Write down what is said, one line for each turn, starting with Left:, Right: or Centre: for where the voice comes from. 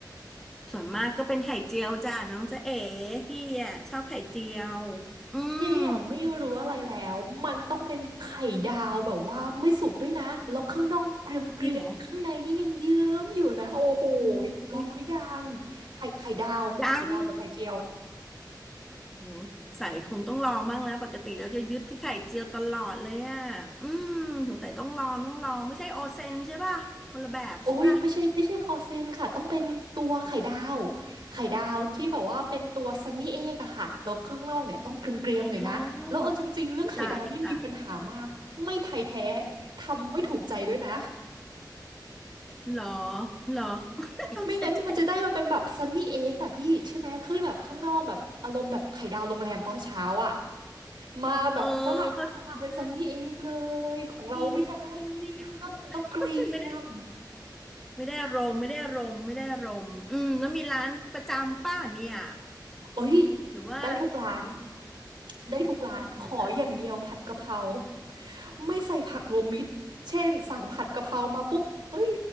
Centre: ส่วนมากก็เป็นไข่เจียวจ้ะน้องจ๊ะเอ๋พี่อ่ะชอบไข่เจียวอืม
Right: เอ๊ะไม่รู้อะไรแล้วมันต้องเป็นไข่ดาวแบบว่าไม่สุกด้วยนะแล้วข้างนอกเกรียมเกรียมข้างในนี่ยังเยิ้มอยู่นะโอ้โหยลองหรือยัง
Centre: จริงเหรออืม
Right: ไข่ไข่ดาวไข่ดาวหรือไข่เจียว
Centre: ยัง โหใส่คงต้องลองบ้างแล้วปกติเราจะยึดที่ไข่เจียวตลอดเลยอ่ะอืมสงสัยต้องลองต้องลองไม่ใช่โอเซนใช่ป่ะคนละแบบใช่ป่ะ
Right: โอ้ยไม่ใช่ไม่ใช่คอเซนค่ะต้องเป็นตัวไข่ดาวไข่ดาวที่แบบว่าเป็นตัวซันนี่เอกอะค่ะแล้วข้างนอกเนี่ยต้องเกรียมเกรีมหน่อยนะแล้วเอาจริงๆเรื่องไข่ดาวนี่มีปัญหามากไม่ไทยแท้
Centre: อ๋อจ้ะจ้ะ
Right: ทำไม่ถูกใจด้วยนะ
Centre: เหรอเหรอ <laughs> ต้องเค่แตน
Right: ไม่งั้นมันจะได้มาเป็นแบบซันนี่เอ็กอะพี่ใช่ไหมคือแบบข้างนอกแบบอารมณ์แบบไข่ดาวโรงแรมตอนเช้าอะมาแบบฝรั่งเขาจะมาเป็นซันนี่เอ็กเล
Centre: เออเขาใจได้
Right: ยของเราไม่ใช่
Centre: นี่นี่
Right: ข้างนอกมันต้องเกรียม
Centre: ไม่ได้ไม่ได้อารมณ์ไม่ได้อารมณ์ไม่ได้อารมณ์อืมแล้วมีร้านประจำป้าเนี่ย
Right: โอ้ย
Centre: หรือว่า
Right: ได้ทุกร้านได้ทุกร้านขออย่างเดียวผัดกะเพรา
Centre: เนี่ยนะ
Right: ไม่ใส่ผักรวมมิตรเช่นสั่งผัดกะเพรามาปุ๊บเฮ้ย